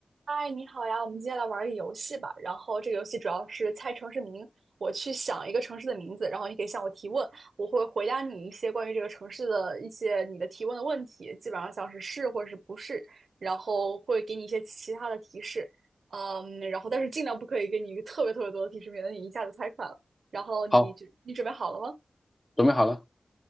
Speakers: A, on the right; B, on the left.
A: 嗨，你好呀，我们今天来玩儿个游戏吧。然后这个游戏主要是猜城市名，我去想一个城市的名字，然后你可以向我提问，我会回答你一些关于这个城市的一些你的提问的问题，基本上像是是或者是不是，然后会给你一些其他的提示，嗯，然后但是尽量不可以给你一个特别特别多的提示，免得你一下子猜出来了。然后你就你准备好了吗？
B: 好，准备好了。